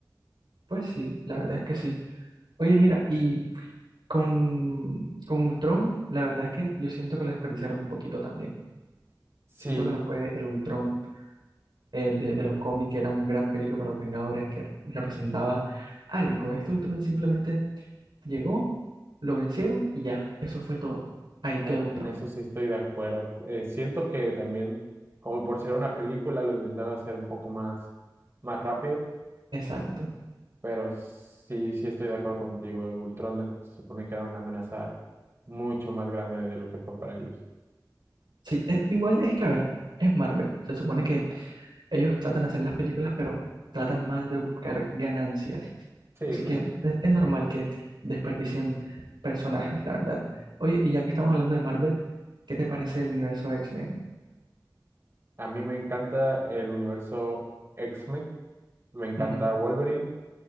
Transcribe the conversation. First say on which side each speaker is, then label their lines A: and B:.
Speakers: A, on the right (about 85°); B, on the right (about 35°).
A: Pues sí, la verdad es que sí. Oye, mira, y con, con Ultron, la verdad es que yo siento que lo desperdiciaron un poquito también.
B: Sí,
A: Siento que no fue el Ultron eh, de, de los cómics, que era un gran peligro para los Vengadores, que representaba algo. Este Ultron simplemente llegó, lo vencieron y ya, eso fue todo. Ahí
B: eh,
A: quedó Ultron.
B: en eso sí estoy de acuerdo. Eh, siento que también, como por ser una película, lo intentaron hacer un poco más, más rápido
A: Exacto.
B: Pero sí, sí estoy de acuerdo contigo. Ultron se supone que era una amenaza mucho más grande de lo que fue para ellos.
A: Sí, eh, igual es que, a ver, es Marvel. Se supone que Ellos tratan de hacer las películas, pero tratan más de buscar ganancias.
B: Sí,
A: Así
B: claro.
A: que es, es normal que desperdicien personajes, la verdad. Oye, y ya que estamos hablando de Marvel, ¿qué te parece el universo X-Men?
B: A mí me encanta el universo X-Men, me encanta
A: Ujú,
B: Wolverine,